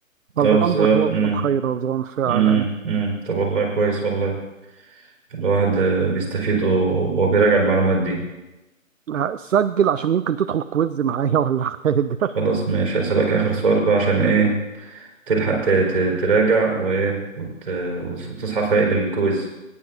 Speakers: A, on the right; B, on the right.
A: فالبامبو
B: اه بالظبط
A: هو
B: مم.
A: الخيرزون فعلا
B: مم. مم. طب والله كويس والله الواحد آه، بيستفيد و- وبيراجع المعلومات دي
A: لا، سجل عشان يمكن تدخل كويز معايا <laughs> ولا حاجة
B: خلاص ماشي هسألك آخر سؤال بقى عشان إيه تلحق
A: مم.
B: ت- ت- تراجع وإيه وت... وتصحى فايق للكويز